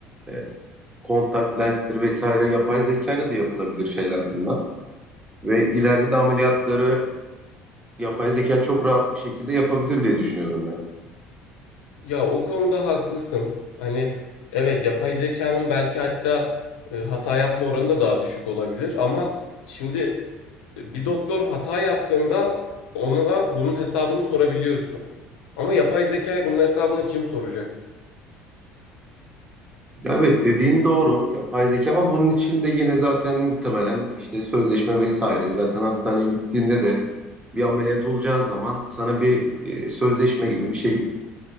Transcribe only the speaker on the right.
e, kontak lenstir vesaire yapay zeka ile de yapılabilir şeyler bunlar. Ve ileride de ameliyatları yapay zeka çok rahat bir şekilde yapabilir diye düşünüyorum ben.
Evet dediğin doğru yapay zeka ama bunun için de yine zaten muhtemelen işte sözleşme vesaire zaten hastaneye gittiğinde de bir ameliyat olacağın zaman sana bir e, sözleşme gibi bir şey